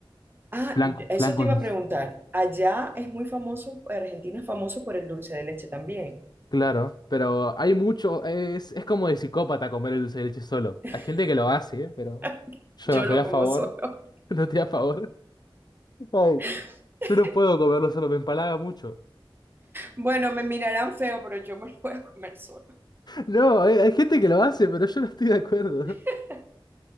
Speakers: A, on the right (about 25°); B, on the left (about 50°).
A: Ah,
B: Flan,
A: eso
B: flan con
A: te iba
B: dulce.
A: a preguntar. Allá es muy famoso, Argentina es famoso por el dulce de leche también.
B: Claro, pero hay mucho, es, es como de psicópata comer el dulce de leche solo.
A: <laughs>
B: Hay gente que lo hace, ¿eh? pero yo
A: Yo
B: no estoy
A: lo
B: a
A: como
B: favor,
A: solo.
B: <laughs> no estoy a favor. Ay.
A: <laughs>
B: Yo no puedo comerlo solo, me empalaga mucho.
A: Bueno, me mirarán feo, pero yo me lo voy a comer solo.
B: No, hay, hay gente que lo hace, pero yo no estoy de acuerdo.
A: <laughs>